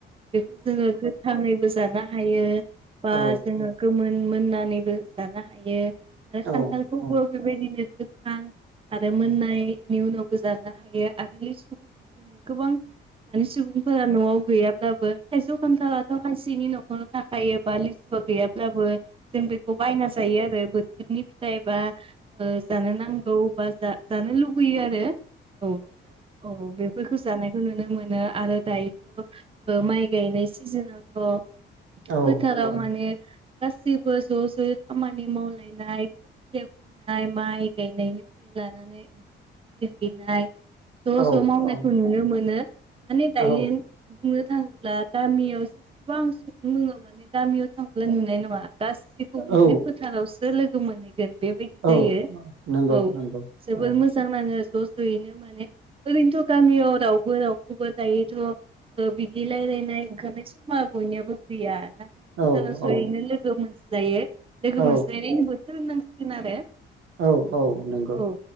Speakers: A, on the right; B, on the right.
A: बेखौ जोङो गोथाङैबो जानो हायो बा
B: औ
A: जोङो गोमोन मोननानैबो जानो हायो आरो
B: औ
A: खान्थालखौबो
B: औ
A: बेबायदिनो। गोथां आरो मोननायनि उनाव जानो हायो आरो लिसुखौबो जोङो गोबां माने सुबुंफोरा न'आव गैयाब्लाबो थाइजौ खान्थालाथ' खायसेनि न'खराव थाखायो बा लिसुआ गैयाब्लाबो। जों बेखौ बायना जायो आरो बोथोरनि फिथाइ बा जानो नांगौ बा। जानो लुबैयो आरो। औ औ बेफोरखौ जानायखौ नुनो मोनो आरो दायोथ' माइ गायनाय सिजोनावथ'
B: औ
A: फोथाराव
B: औ
A: माने गासैबो ज' ज'यै खामानि मावलायनाय। खोथिया फुनाय माइ गायनायनिफ्राय लानानै ओंखाम- ओंख्रि <unintelligible> ज'
B: औ
A: ज' मावनायखौ
B: औ
A: नुनो मोनो माने दायो
B: औ
A: बुंनो थाङोब्ला गामियाव जेसेबां सुबुं दङ माने गामियाव थाङोब्ला नुनाय नङा। गासैखौबो माने
B: औ
A: फोथारावसो लोगो मोनहै गोन बेबायदि जायो
B: औ नंगौ
A: औ
B: नंगौ
A: जोबोर
B: औ
A: मोजां नाङो। ज' जयैनो माने ओरैनोथ' गामियाव रावबो रावखौबो दायोथ' बिदि रायलायनाय ओंखारनाय समा बयनियाबो गैया। नाथाय
B: औ
A: जों
B: औ
A: जयैनो लोगो मोनज्लायो लोगो
B: औ
A: मोनज्लायनायनि बोथोर होननांसिगोन आरो।
B: औ औ नंगौ।
A: औ